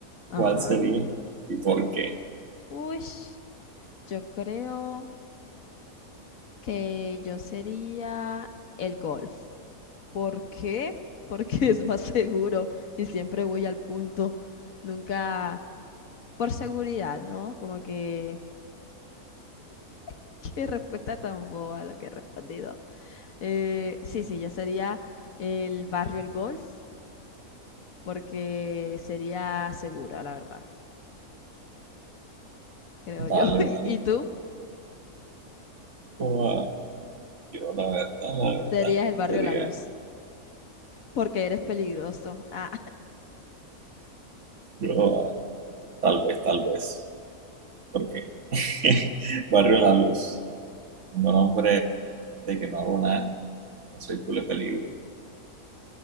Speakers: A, on the left; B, on the right.
A: Ajá.
B: ¿cuál sería y por qué?
A: Uy, yo creo que yo sería el golf. ¿Por qué? Porque <laughs> es más seguro y siempre voy al punto. Nunca por seguridad, ¿no? Como que, <laughs> qué respuesta tan boba la que he respondido. Eh, sí, sí, yo sería el barrio El Golf porque sería segura, la verdad, creo
B: Vale,
A: yo. <laughs>
B: vale.
A: Y, y tú
B: Ua, yo la verdad, la verdad,
A: serías el barrio
B: sería
A: La Luz porque eres peligroso. Ah,
B: yo, tal vez, tal vez, porque <laughs> Barrio La Luz, un nombre de que no hago nada, no soy culo de peligro.